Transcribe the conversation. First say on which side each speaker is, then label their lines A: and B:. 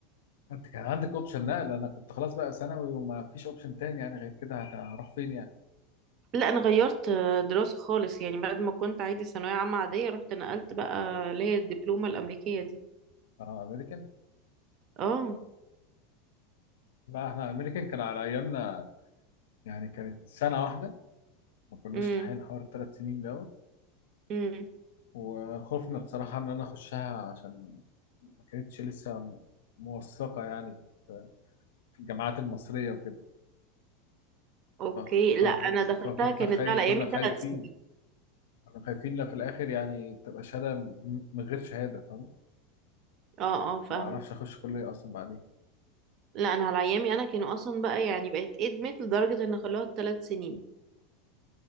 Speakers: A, on the left (about 85°); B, on the right (about 30°).
A: انت كان عندك اوبشن نقل انا كنت خلاص بقى ثانوي وما فيش اوبشن تاني يعني غير كده هت- هروح فين يعني
B: لا انا غيرت آه، دراسه خالص يعني بعد ما كنت عادي ثانويه عامه عاديه رحت نقلت بقى اللي هي الدبلومه الامريكيه دي
A: اه امريكان
B: اه
A: لا احنا امريكان كان على ايامنا يعني كانت سنه واحده ما كناش
B: امم
A: لاحقين حوار الثلاث سنين دوت
B: امم
A: وخوفنا بصراحه ان انا اخشها عشان ما كانتش لسه موثقه يعني في في الجامعات المصريه وكده
B: اوكي
A: فخ-
B: لا
A: خ-
B: انا دخلتها
A: فكنت
B: كانت
A: خاي
B: ده على
A: كنا
B: ايامي
A: خايفين
B: ثلاث سنين
A: كنا خايفين لا في الاخر يعني تبقى شهاده م- من غير شهاده فاهم
B: اه اه فاهمه
A: ما اعرفش اخش كليه اصلا بعدين
B: لا انا على ايامي انا كانوا اصلا بقى يعني بقت ادمت لدرجه ان خلوها ثلاث سنين